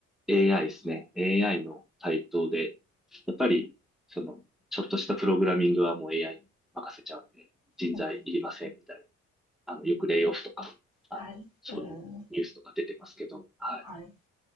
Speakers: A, in the centre; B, on the left.
A: AI ですね。AI の台頭で、やっぱり、その、ちょっとしたプログラミングはもう AI に任せちゃうんで、人材いりませんみたいな。
B: ほどうん。
A: あの、よくレイオフとか、あの、
B: はい。
A: そういうニュースとか出てますけど、
B: うん。
A: はい。
B: はい。